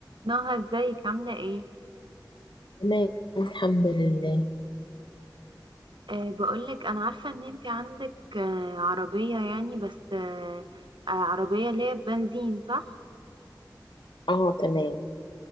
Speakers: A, on the right; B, on the left.
A: نهى ازيك عاملة ايه؟
B: تمام الحمد لله
A: أه بقولك انا عارفة ان انت عندك أه عربية يعني بس أه آه، عربية اللي هي بنزين صح؟
B: اه تمام